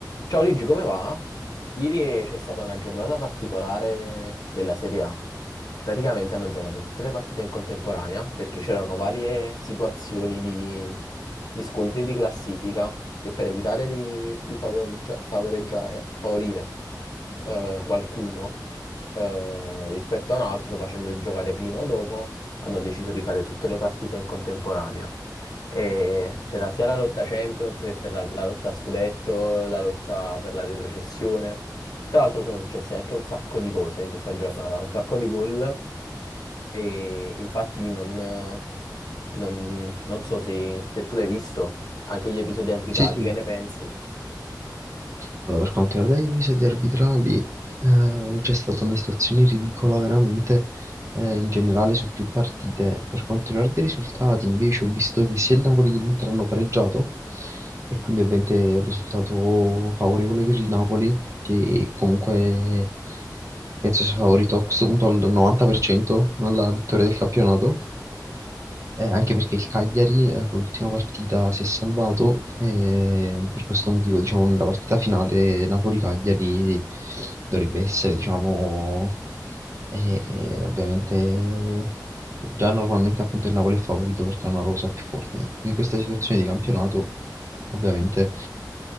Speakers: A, on the left; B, on the right.
A: Ciao Luigi, come va? Ieri c'è stata una giornata particolare della Serie A. Praticamente hanno giocato tutte le partite in contemporanea perché c'erano varie situazioni di, di scontri di classifica che per evitare di, di favoreggia- favoreggiare, favorire eh, qualcuno eh, rispetto a un altro, facendoli giocare prima o dopo, hanno deciso di fare tutte le partite in contemporanea. E c'era sia la lotta Champions che per la, la lotta a scudetto, la lotta per la retrocessione. Tra l'altro sono successe anche un sacco di cose in questa giornata, un sacco di gol e infatti non, non- non so se, se tu l'hai visto, anche gli episodi arbitrali,
B: Sì, sì.
A: che ne pensi?
B: Allora, per quanto riguarda gli episodi arbitrali, eh, c'è stata una situazione ridicola veramente eh, in generale su più partite. Per quanto riguarda i risultati, invece, ho visto che sia il Napoli che l'Inter hanno pareggiato e quindi ovviamente è un risultato favorevole per il Napoli, che comunque penso sia favorito a questo punto al 90% alla vittoria del campionato. Eh, anche perché il Cagliari eh, con l'ultima partita si è salvato e per questo motivo, diciamo, nella partita finale Napoli-Cagliari dovrebbe essere, diciamo, eh, ovviamente già normalmente appunto il Napoli è favorito perché ha una rosa più forte. In questa situazione di campionato, ovviamente